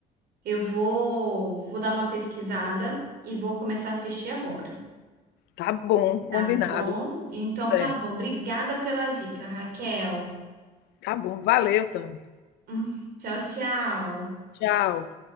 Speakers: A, on the right; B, on the left.
A: Eu vou, vou dar uma pesquisada e vou começar a assistir agora,
B: Tá bom,
A: tá
B: combinado.
A: bom? Então
B: Certo.
A: tá bom. Obrigada pela dica, Raquel. <laughs>
B: Tá bom, valeu, Tami.
A: Hum, Tchau, tchau.
B: Tchau.